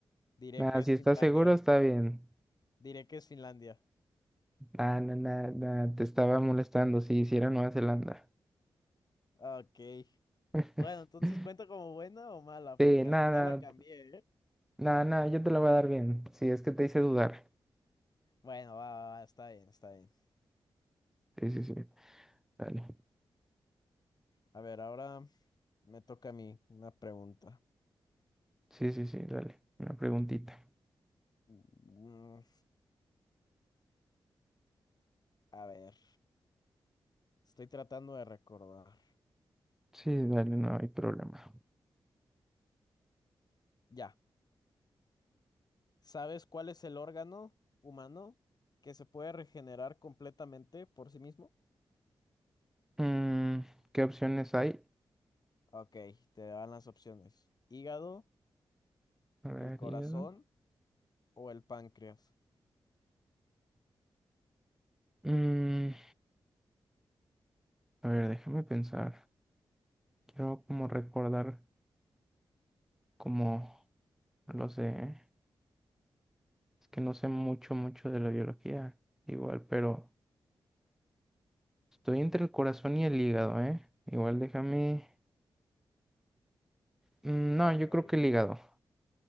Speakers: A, on the left; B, in the centre.
A: diré
B: nada.
A: que es
B: si estás
A: Finlandia.
B: seguro, está bien.
A: Diré que es Finlandia.
B: Ah, no, nada, nada, te estaba molestando, sí, sí era Nueva Zelanda.
A: Ok.
B: <laughs>
A: Bueno, entonces ¿cuenta como buena o mala?
B: Sí,
A: Porque
B: nada,
A: al final la cambié, ¿eh?
B: nada, nada, yo te la voy a dar bien. Sí, es que te hice dudar.
A: Bueno, va, va, va, está bien, está bien.
B: Sí, sí, sí, dale.
A: A ver, ahora me toca a mí una pregunta.
B: Sí, sí, sí, dale. Una preguntita.
A: Mm, a ver, estoy tratando de recordar.
B: Sí, dale, no hay problema.
A: Ya, ¿sabes cuál es el órgano humano que se puede regenerar completamente por sí mismo?
B: Mm, ¿qué opciones hay?
A: Ok, te dan las opciones. Hígado,
B: A ver,
A: el corazón
B: yo-
A: o el páncreas?
B: Mm, a ver, déjame pensar. Quiero como recordar como, no lo sé, ¿eh? Es que no sé mucho, mucho de la biología, igual, pero... Estoy entre el corazón y el hígado, ¿eh? Igual déjame... Mm, No,
A: Ok.
B: yo creo que el hígado.